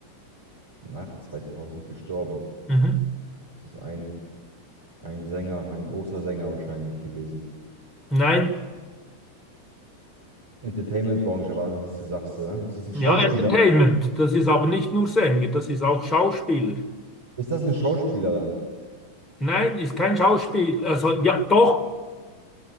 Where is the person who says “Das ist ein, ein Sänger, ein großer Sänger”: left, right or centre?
Right